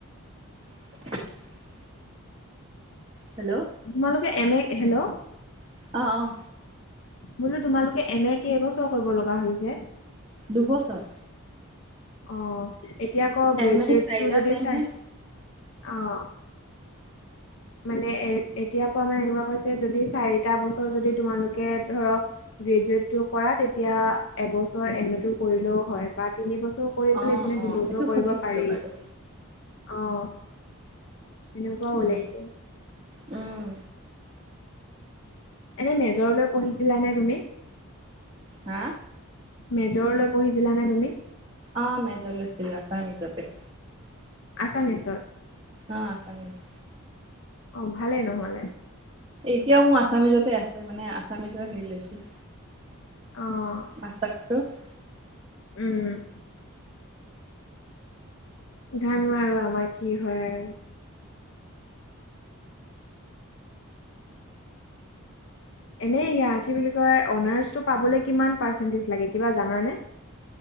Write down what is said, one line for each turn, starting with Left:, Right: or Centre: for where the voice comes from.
Right: <unintelligible> হেল্ল'।
Left: তোমালোকে এম এ, হেল্ল'।
Right: অ, অ',
Left: বোলো, তোমালোকে এম এ কেইবছৰ কৰিব লগা হৈছে?
Right: দুবছৰ।
Left: অ', এতিয়া আকৌ, গ্ৰেজুৱেটটো
Right: এম এ চাৰিটা
Left: যদি
Right: চেমহে
Left: চাৰি, অ' মানে, এ এতিয়া পৰা মানে এনেকুৱা কৰিছে, যদি চাৰিটা বছৰ যদি তোমালোকে ধৰক গগ্ৰেজুৱেটটো কৰা, তেতিয়া এবছৰ এম এ টো কৰিলেও হয়, বা তিন বছৰ কৰি
Right: অ
Left: পেলাই, ইপিনে
Right: অ
Left: দুবছৰ
Right: সেইটো
Left: কৰিব
Right: শুনিছিলো
Left: পাৰি।
Right: বাৰু
Left: অ', এনেকুৱাও
Right: উম
Left: ওলাইছে।
Right: উম।
Left: এনে মেজৰলৈ পঢ়িছিলানে তুমি?
Right: হা?
Left: মেজৰ লৈ পঢ়িছিলা নে তুমি?
Right: অ', মেজৰ লৈছিলোঁ আছামিছতে।
Left: আছামিছত?
Right: অ', আছামিছ।
Left: অ' ভালে নহ'লে।
Right: এতিয়াও মোৰ আছামিজতে আছে, মানে আছামিজৰ হেৰি লৈছো।
Left: অ'।
Right: <unintelligible>
Left: উম। জানো আৰু আমাৰ কি হয় আৰু। এনেই ইয়া কি বুলি কয় অনাৰ্ছটো পাবলৈ কিমান পাৰ্চেণ্টেজ লাগে কিবা জানানে?